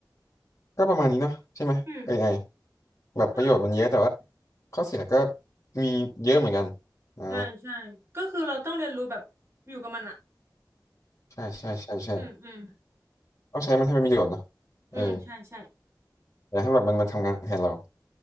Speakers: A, on the left (about 45°); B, on the right (about 35°).
A: ก็ประมาณนี้เนาะใช่ไหม
B: อืม
A: AI แบบประโยชน์มันเยอะแต่ว่า
B: ก็
A: ข้อเสียก็มีเยอะเหมือนกันอ่า
B: ใช่ใช่ก็คือเราต้องเรียนรู้แบบอยู่กับมันอะ
A: ใช่ใช่ใช่ใช่
B: อืมอืม
A: ต้องใช้มันให้เป็นประโยชน์เนาะ
B: อืมใช่ใช่
A: เอออย่าให้แบบมันมันทำงานแทนเรา